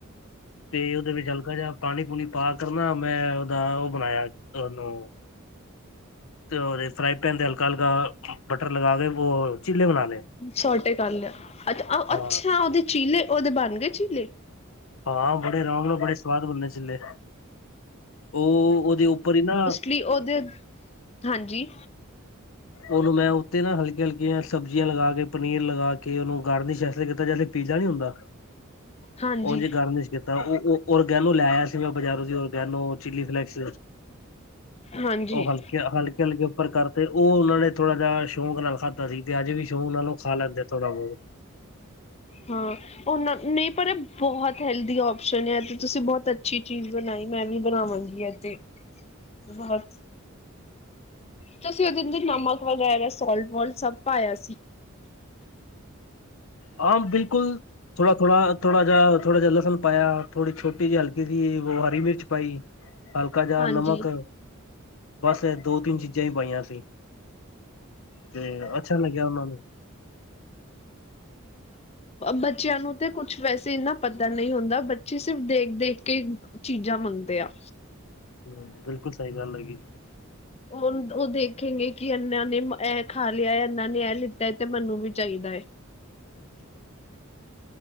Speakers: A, on the left; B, on the left.
A: ਤੇ ਓਦੇ ਵਿੱਚ ਹਲਕਾ ਜਾ ਪਾਨੀ ਪੂਨੀ ਪਾ ਕਰ ਨਾ ਮੈਂ ਦਾ ਓ ਬਨਾਏਆ ਤੇ ਓਨੂੰ ਤੇ ਓਦੇ ਫਰਾਈ ਪੈਨ ਤੇ ਹਲਕਾ-ਹਲਕਾ ਬਟਰ ਲਗਾ ਕੇ ਓ ਚਿੱਲੇ ਬਨਾ ਲਏ।
B: ਛੋਟੇ ਕਰ ਲੇਆ ਅੱਛਾ-ਅੱਛਾ
A: ਹਾਂ
B: ਓਦੇ ਚੀਲੇ ਓਦੇ ਬਨ ਗਏ ਚੀਲੇ।
A: ਹਾਂ ਬੜੇ ਆਰਾਮ ਨਾਲ ਬੜੇ ਸਵਾਦ ਬਨਦੇ ਚੀਲੇ, ਓ ਓਦੇ ਉੱਪਰ ਈ ਨਾ
B: ਵੀ ਓਦੇ, ਹਾਂਜੀ।
A: ਓਨੂੰ ਮੈਂ ਉੱਤੇ ਨਾ ਹਲਕੀ ਹਲਕੀਆਂ ਸਬਜ਼ੀਆਂ ਲਗਾ ਕੇ ਪਨੀਰ ਲਗਾ ਕੇ ਓਨੂੰ ਗਰਲਿਸ ਐਸਾ ਕੀਤਾ ਜੇਸੇ ਪੀਜ਼ਾ ਨੀ ਹੁੰਦਾ।
B: ਹਾਂਜੀ
A: ਓਨਲੀ ਗਾਰਲਿਸ ਕੀ ਤਾਂ ਓ ਓਰਗੈਨੋ ਲੈ ਆਏਆ ਸੀ ਮੈਂ ਬਾਜ਼ਾਰੋਂ ਓਰਗੈਨੋ ਚਿਲੀ ਫਲੈਕਸ
B: ਹਾਂਜੀ।
A: ਓ ਹਲਕੀਆਂ ਹਲਕੇ-ਹਲਕੇ ਉੱਪਰ ਕਰ ਓ ਓਨਾਂ ਨੇ ਥੋੜਾ ਜਾ ਸ਼ੌਕ ਨਾਲ ਖਾਦਾ ਸੀ ਤੇ ਅੱਜ ਵੀ ਸ਼ੌਕ ਨਾਲ ਖਾ ਲੈਂਦਾ ਥੋੜਾ ਬੋਤ।
B: ਹੂੰ। ਓਨਾਂ ਨਈਂ ਪਰ ਏ ਬੋਤ ਹੈਲਦੀ ਓਪਸ਼ਨ ਐ ਤੇ ਤੁਸੀਂ ਬੋਤ ਅੱਛੀ ਚੀਜ਼ ਬਨਾਈ ਮੈਂ ਵੀ ਬਨਾਵਾਂਗੀ ਅੱਜ। ਤੇ ਬਹੁਤ ਤੁਸੀਂ ਉਦੇ 'ਚ ਨਮਕ ਵਗੈਰਾ ਸੋਲਟ ਵੋਲਟ ਸਭ ਪਾਇਆ ਸੀ।
A: ਹਾਂ ਬਿਲਕੁਲ ਥੋੜਾ-ਥੋੜਾ-ਥੋੜਾ ਜਿਹਾ ਥੋੜਾ ਜਿਹਾ ਲਸਣ ਪਾਇਆ ਥੋੜੀ ਛੋਟੀ ਹਲਕੀ ਸੀ ਹਰੀ ਮਿਰਚ ਪਾਈ। ਹਲਕਾ ਜਿਹਾ
B: ਹਾਂਜੀ
A: ਨਮਕ ਬਸ ਐ ਦੋ ਤਿੰਨ ਚੀਜ਼ਾਂ ਈ ਪਾਈਆਂ ਸੀ। ਤੇ ਅੱਛਾ ਲੱਗਿਆ ਉਨਾਂ ਨੂੰ
B: ਬੱਚਿਆਂ ਨੂੰ ਤੇ ਕੁਛ ਵੈਸੇ ਇੰਨਾ ਪਤਾ ਨਈ ਹੁੰਦਾ ਬੱਚੇ ਸਿਰਫ ਦੇਖ-ਦੇਖ ਕੇ ਚੀਜ਼ਾਂ ਮੰਗਦੇ ਆ।
A: ਹੂੰ ਬਿਲਕੁਲ ਸਈ ਗੱਲ ਹੈਗੀ।
B: ਓ-ਓ ਦੇਖੇਂਗੇ ਕਿ ਇਨਾਂ ਨੇ ਐ ਖਾ ਲਿਆ ਇਨਾਂ ਨੇ ਐ ਲਿੱਤਾ ਐ ਤੇ ਮੈਨੂੰ ਵੀ ਚਾਈਦਾ ਐ।
A: <inaudible>